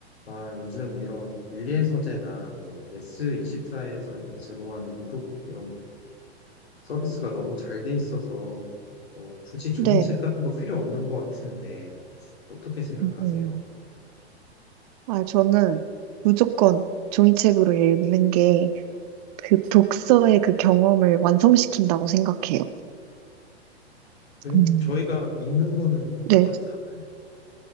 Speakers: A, on the left (about 65°); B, on the right (about 35°).
A: 아, 요즘 이런 밀리의 서재나 뭐 예스24에서 이렇게 제공하는 이북 이런 서비스가 너무 잘 돼 있어서 뭐 굳이 종이책
B: 네.
A: 같은 거 필요 없는 것 같은데 어떻게 생각하세요?
B: 음. 아, 저는 무조건 종이책으로 읽는 게 그 독서의 그 경험을 완성시킨다고 생각해요.
A: 그래?
B: 음.
A: 저희가 읽는 거는 똑같잖아요.
B: 네.